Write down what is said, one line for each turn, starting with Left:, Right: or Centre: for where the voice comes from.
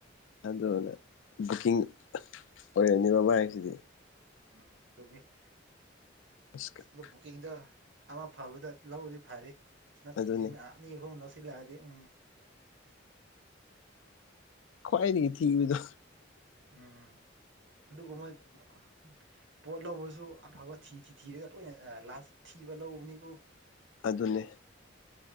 Left: ꯑꯗꯨꯅ ꯕꯨꯛꯀꯤꯡ ꯑꯣꯏꯔꯛꯅꯤꯕꯥ ꯃꯥꯏꯁꯤꯗꯤ
Right: ꯎꯝ ꯇꯨꯝꯃꯤ
Left: <unintelligible>
Right: ꯂꯨꯛ ꯕꯨꯛꯀꯤꯡꯗꯣ ꯑꯃ ꯐꯕꯥꯗ ꯂꯧꯔꯥꯗꯤ ꯐꯥꯔꯤ ꯅꯠꯇ꯭ꯔꯤꯉꯩꯅ
Left: ꯑꯗꯨꯅꯤ
Right: ꯑꯅꯤ ꯑꯍꯨꯝ ꯂꯧꯁꯤꯜꯂꯗꯤ ꯎꯝ
Left: ꯈ꯭ꯋꯥꯏꯗꯒꯤ ꯊꯤꯕꯗꯣ
Right: ꯎꯝ ꯑꯗꯨ ꯒꯃꯥꯏ ꯑꯥ ꯄꯣꯠ ꯂꯧꯕꯁꯨ ꯑꯐꯕ ꯊꯤ ꯊꯤ ꯊꯤꯔꯒ ꯂꯣꯏꯅ ꯑ ꯂꯥꯁ ꯊꯤꯕ ꯂꯧꯕꯅꯤꯀꯣ
Left: ꯑꯗꯨꯅꯦ